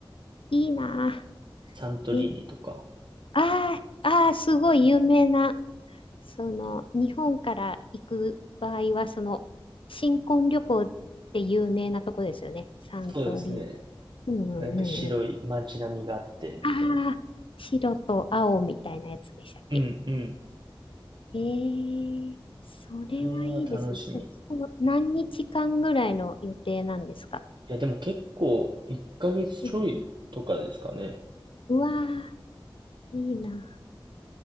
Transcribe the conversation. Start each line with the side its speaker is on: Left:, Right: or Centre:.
Left: いいなあ。
Right: サントリーニとか。
Left: え、ああ、ああ、すごい有名な、その、日本から行く場合は、その、新婚旅行って有名なとこですよね。三刀流。
Right: そうですね。
Left: うんうんうんうん。
Right: なんか白い街並みがあって、みたいな。
Left: ああ、白と青みたいなやつでしたっけ
Right: うんうん。
Left: ええそれはいいですね。
Right: それは楽しみ。
Left: そ、
Right: い
Left: その何日間ぐらいの予定なんですか
Right: や、でも結構、1ヶ月ちょいとかですかね。
Left: うん、うわー、いいな。